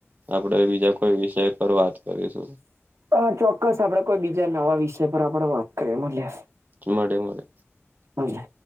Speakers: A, on the right; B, on the right.
A: આપણેે બીજા કોઈ વિષય પર વાત કરીશું.
B: હા ચોક્કસ આપડે કોઈ બીજા નવા વિષય પર આપણે વાપ કરીએ મલે
A: મળે મળે
B: હું છે.